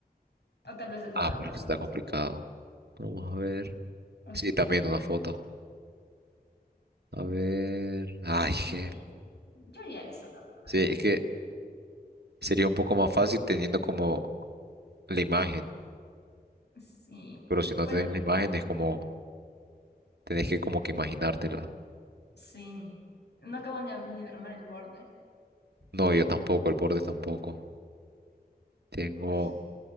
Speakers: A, on the left; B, on the right.
A: O tal vez le
B: Ah,
A: tomaron
B: pero
A: una
B: sí está
A: foto.
B: complicado. Vamos a ver.
A: Uy,
B: Sí, también
A: ya.
B: una foto. A ver. Ay,
A: Yo
B: que.
A: haría, yo haría eso, la verdad.
B: Sí, es que sería un poco más fácil teniendo como la imagen.
A: Sí.
B: Pero si no
A: Bueno,
B: tenés la imagen es como. Tenés que como que imaginártela.
A: sí. No acabo ni, a- ni de armar el borde.
B: No, yo tampoco, el borde tampoco. Tengo.
A: Uy,